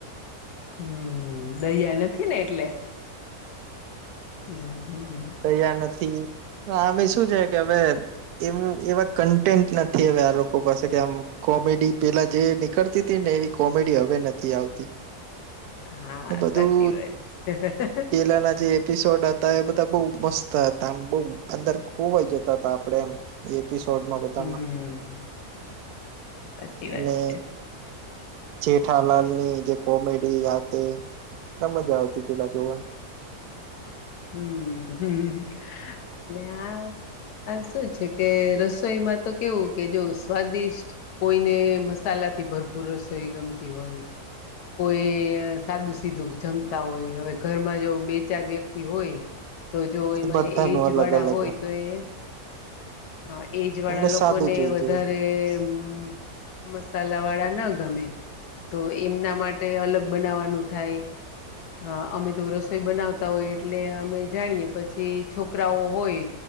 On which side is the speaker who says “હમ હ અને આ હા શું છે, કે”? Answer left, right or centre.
Left